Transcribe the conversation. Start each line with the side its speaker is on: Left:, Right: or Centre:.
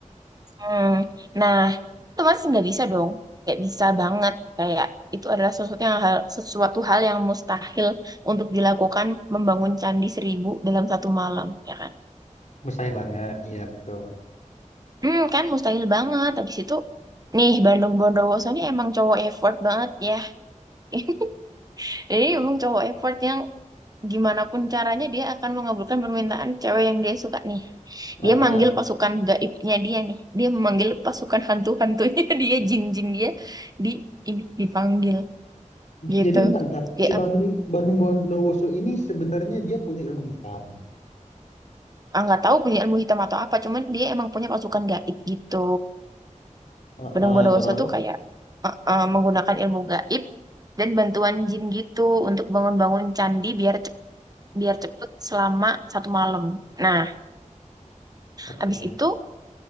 Right: Hmm. Nah, otomatis nggak bisa dong. Nggak bisa banget. Kayak itu adalah sesuatu yang hal, sesuatu hal yang mustahil untuk dilakukan membangun candi seribu dalam satu malam, ya kan?
Left: Mustahil banget. Iya betul.
Right: Hmm, kan mustahil banget. Habis itu, nih Bandung Bondowoso ini emang cowok effort banget ya. <laughs> Jadi emang cowok effort yang gimana pun caranya dia akan mengabulkan permintaan cewek yang dia suka nih.
Left: Nah.
Right: Dia manggil pasukan gaibnya dia nih. Dia memanggil pasukan hantu-hantunya <laughs> dia, jin-jin dia di ini dipanggil gitu.
Left: Jadi ntar, ntar.
Right: Dia
Left: Si Bandung Bandung Bondowoso ini sebenarnya dia punya ilmu hitam.
Right: ah, nggak tahu punya ilmu hitam atau apa, cuman dia emang punya pasukan gaib gitu.
Left: Heeh,
Right: benang Bondowoso
Left: terus,
Right: tuh kayak eh, eh, menggunakan ilmu gaib dan bantuan jin gitu untuk bangun-bangun candi biar cep- biar cepet selama satu malam. Nah,
Left: oke,
Right: habis itu